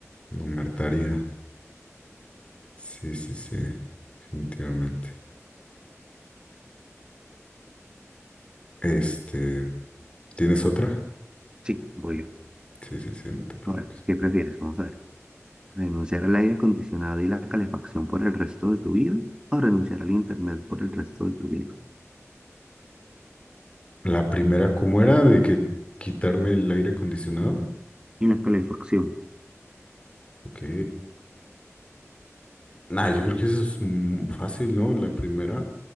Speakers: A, on the left; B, on the right.
A: no me hartaría. Sí, sí, sí, definitivamente. Este, ¿tienes otra?
B: Sí, voy yo.
A: Sí, sí, sí, no te preocupes.
B: Ahora, ¿qué prefieres? Vamos a ver. ¿Renunciar al aire acondicionado y la calefacción por el resto de tu vida? ¿O renunciar al internet por el resto de tu vida?
A: La primera, ¿cómo era? De que quitarme el aire acondicionado.
B: Y la calefacción.
A: Ok. Nah, yo creo que eso es mm, fácil, ¿no? La primera,